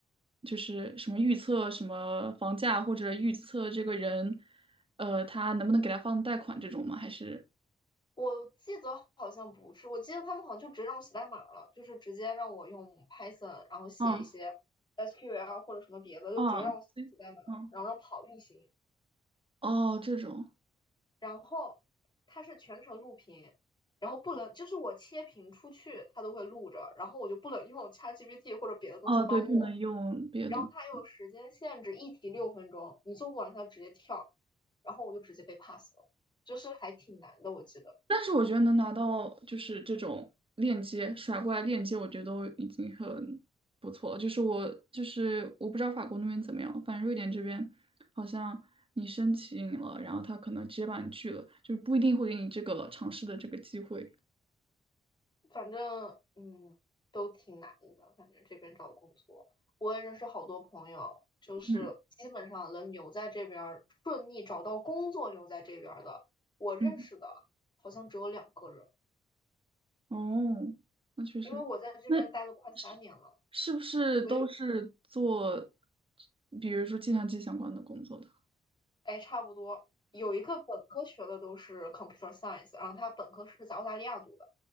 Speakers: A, on the right; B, on the left.
A: 就是什么预测什么房价或者预测这个人，呃，他能不能给他放贷款这种吗？还是
B: 我记得好像不是，我记得他们好像就直接让我写代码了，就是直接让我用 Python，然后写一些
A: 嗯
B: SQL 或者什么别的，就直接让我写代码，
A: 嗯嗯
B: 然后让跑运行。
A: 哦这种
B: 然后它是全程录屏，然后不能就是我切屏出去，它都会录着，然后我就不能用 ChatGPT 或者别的东西帮我。
A: 哦，对，不能用别的东西。
B: 然后它又有时间限制，一题六分钟，你做不完它直接跳，然后我就直接被 pass 了，就是还挺难的，我记得。
A: 但是我觉得能拿到就是这种链接甩过来链接，我觉得都已经很不错了就是我就是我不知道法国那边怎么样，反正瑞典这边好像你申请了，然后他可能直接把你拒了，就是不一定会给你这个尝试的这个机会。
B: 反正嗯，都挺难的。反正这边找工作，我也认识好多朋友，就是基本上能留在这边儿，
A: 嗯
B: 顺利找到工作留在这边儿的，我认识的好像只有两个人。
A: 嗯，哦，那确实，
B: 因为我在这边待了快三年了，
A: 那是是不是都是做，
B: 所以
A: 比如说计算机相关的工作的？
B: 哎，差不多有一个本科学的都是 computer science，然后他本科是在澳大利亚读的，